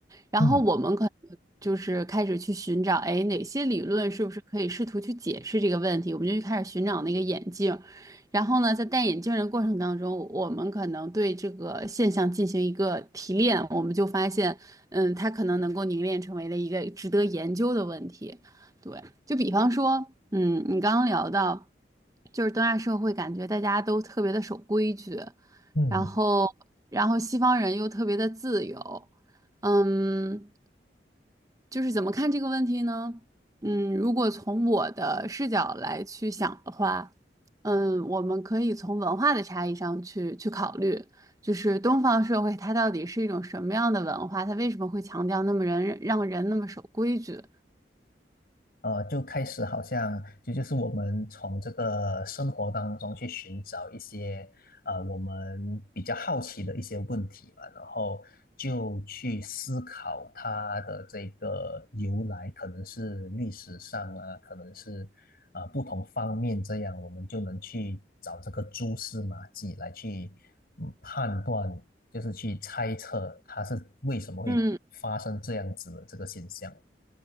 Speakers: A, on the right; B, on the left.
A: 然后我们可能就是开始去寻找，
B: 嗯
A: 哎，哪些理论是不是可以试图去解释这个问题？我们就开始寻找那个眼镜。然后呢，在戴眼镜的过程当中，我们可能对这个现象进行一个提炼，我们就发现，嗯，它可能能够凝练成为了一个值得研究的问题。对。就比方说，嗯，你刚刚聊到，就是东亚社会感觉大家都特别的守规矩，
B: 嗯。
A: 然后，然后西方人又特别的自由，嗯，就是怎么看这个问题呢？嗯，如果从我的视角来去想的话，嗯，我们可以从文化的差异上去去考虑，就是东方社会它到底是一种什么样的文化，它为什么会强调那么人让人那么守规矩？
B: 呃，就开始好像就就是我们从这个生活当中去寻找一些呃我们比较好奇的一些问题嘛，然后就去思考它的这个由来，可能是历史上啊，可能是啊不同方面，这样我们就能去找这个蛛丝马迹来去嗯判断，就是去猜测它是为什么会发生这样子的这个现象。
A: 嗯